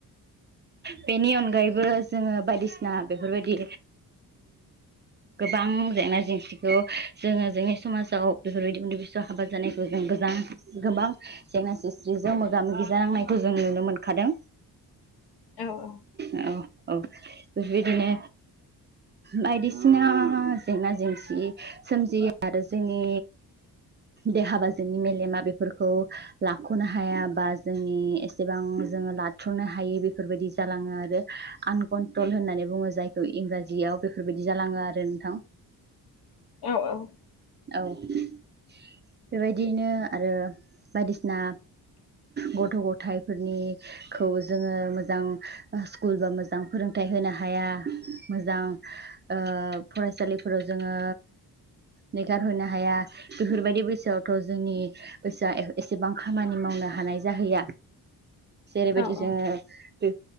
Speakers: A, on the right; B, on the left.
A: बेनि अनगायैबो जोङो बायदिसिना बेफोरबायदि गोबां जेंना जेंसिखौ जोङो जोंनि समाजाव बेफोरबायदि उन्दै बिसोआव हाबा जानायखौ जों गोजां गोबां जेंना जेंस्रिजों मोगा मोगि जानांनायखौ जों नुनो मोनखादों
B: औ औ
A: औ औ बेफोरबायदिनो बायदिसिना जेंना जेंसि सोमजियो आरो जोंनि देहाबा जोंनि मेलेमा बे फोरखौ लाख'नो हाया बा जोंनि एसेबां जोङो लाथ्र'नो हायि बेफोरबायदि जालाङो आरो आनकन्ट्रल होननानै बुङो जायखौ इंराजियाव बेफोरबायदि जालाङो आरो नोंथां।
B: औ औ
A: औ बेबायदियैनो आरो बायदिसिना गथ' गथायफोरनिखौ जोङो मोजां स्कुल बा मोजां फोरोंथाइ होनो हाया मोजां ओ फरायसालिफोराव जोङो नेगारहरनो हाया बेफोरबायदि बैसोआवथ' जोंनि गोसोआ एसेबां खामानि मावनो हानाय जाहैया। जेरैबायदि
B: औ
A: जोङो
B: औ
A: बे